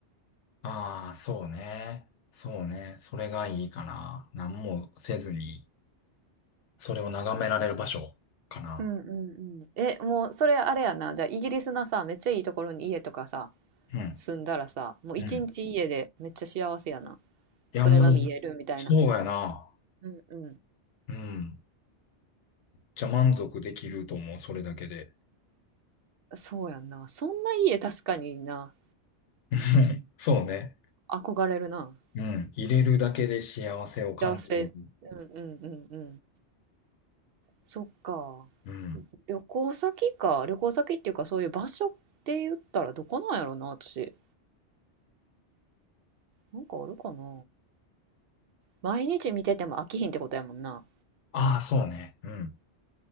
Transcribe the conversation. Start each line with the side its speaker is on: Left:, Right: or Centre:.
Left: ああー、そうね。そうね。それがいいかな。何もせずに。それを眺められる場所かな。
Right: うんうんうん。え、もうそれあれやな。じゃあイギリスのさ、めっちゃいいところに家とかさ、
Left: うん。
Right: 住んだらさ、もう一日家でめっちゃ幸せやな。
Left: うん。いや、
Right: それが見えるみたいな。
Left: もう、そうやな。
Right: うんうん。
Left: うん。じゃ満足できると思う、それだけで。
Right: そうやんな。そんな家確かにな。
Left: <laughs> うんそうね。
Right: 憧れるな。
Left: うん。入れるだけで幸せを感じれる。
Right: 幸せ。うんうんうんうん。そっか。
Left: うん。
Right: 旅行先か。旅行先っていうかそういう場所って言ったらどこなんやろな、私。なんかあるかな。毎日見てても飽きひんってことやもんな。
Left: ああ、そうね。うん。